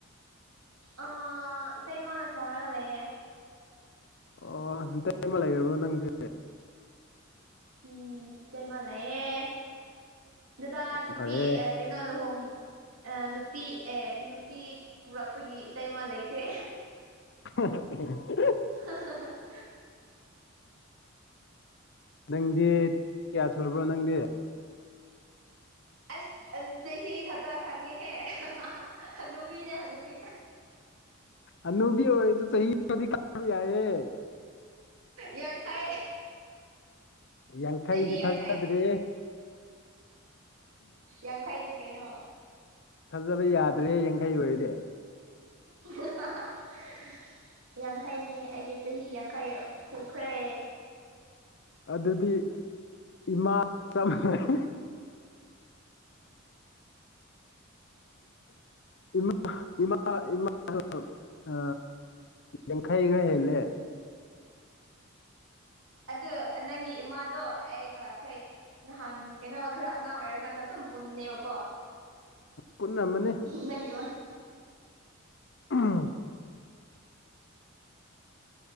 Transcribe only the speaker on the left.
ꯑꯣ ꯍꯟꯇꯩ ꯑꯃ ꯂꯩꯔꯕ꯭ꯔꯣ ꯅꯪꯒꯤ
ꯑꯁ ꯌꯥꯝ
ꯐꯔꯦ
<unintelligible>
ꯅꯪꯗꯤ ꯀꯌꯥ ꯁꯨꯔꯕ꯭ꯔꯣ ꯅꯪꯗꯤ꯫
ꯍꯅꯨꯕꯤ ꯑꯣꯏꯁꯨ ꯆꯍꯤ ꯀꯗꯤ ꯀꯥ ꯌꯥꯏꯌꯦ
ꯌꯥꯡꯈꯩꯗꯤ
ꯊꯥꯖꯗ꯭ꯔꯦ
ꯐꯖꯕ ꯌꯥꯗ꯭ꯔꯦ ꯌꯥꯡꯈꯩ ꯑꯣꯏꯔꯗꯤ꯫
ꯑꯗꯨꯗꯤ ꯏꯃꯥ ꯆꯞ ꯃꯥꯟꯅꯩ꯫ ꯎꯝ ꯏꯃꯥ ꯏꯃꯥ ꯏꯃꯥ ꯑ ꯌꯦꯡꯈꯥꯏ ꯈꯔꯥ ꯍꯦꯂꯦ꯫
ꯄꯨꯟꯅꯝꯃꯅꯤ
ꯎꯝ